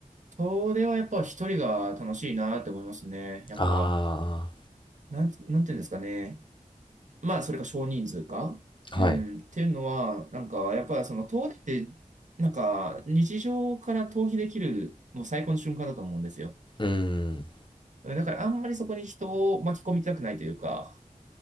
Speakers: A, on the right (about 65°); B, on the left (about 35°).
A: それはやっぱ一人が楽しいなって思いますね。やっぱ、
B: あ
A: なんて、なんていうんですかね。まあ、それか少人数か。
B: あー、
A: うん。
B: はい。
A: っていうのは、なんか、やっぱその遠出って、なんか、日常から逃避できる、もう最高の瞬間だと思うんですよ。
B: うーん、
A: だから、あんまりそこに人を巻き込みたくないというか、